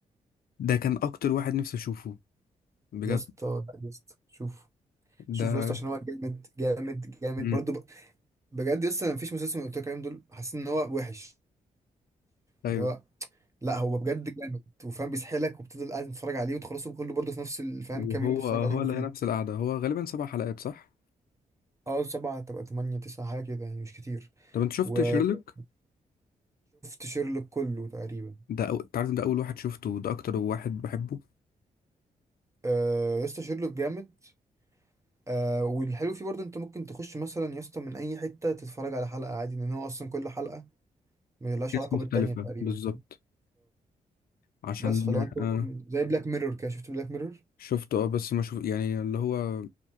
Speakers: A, on the left; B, on the right.
A: ده كان أكتر واحد نفسي أشوفه بجد
B: يا اسطى لا يا اسطى شوف
A: ده
B: شوف يا اسطى عشان هو جامد جامد جامد
A: مم.
B: برضه بجد لسه انا مفيش مسلسل من اللي قلت لك عليهم دول حاسس ان هو وحش
A: أيوه
B: اللي هو لا هو بجد جامد وفاهم بيسحلك وبتفضل قاعد تتفرج عليه وتخلصه كله برضه في نفس الفهم
A: وهو
B: كام يوم بتتفرج
A: هو
B: عليهم
A: اللي
B: فيه
A: هي نفس القعدة هو غالبا سبع حلقات صح؟
B: اه سبعة تبقى تمانية تسعة حاجة كده يعني مش كتير
A: طب انت شفت
B: وشفت
A: شيرلوك؟
B: شيرلوك كله تقريبا
A: ده أو... انت عارف إن ده أول واحد شفته وده أكتر واحد بحبه
B: آه يا اسطى شيرلوك جامد آه والحلو فيه برضه انت ممكن تخش مثلا يا اسطى من اي حتة تتفرج على حلقة عادي لان هو اصلا كل حلقة ملهاش
A: كيس
B: علاقة
A: مختلفة
B: بالتانية تقريبا
A: بالظبط عشان
B: بس فلو انت
A: آه
B: ممكن زي بلاك ميرور كده شفت بلاك ميرور
A: شفته اه بس ما شوف يعني اللي هو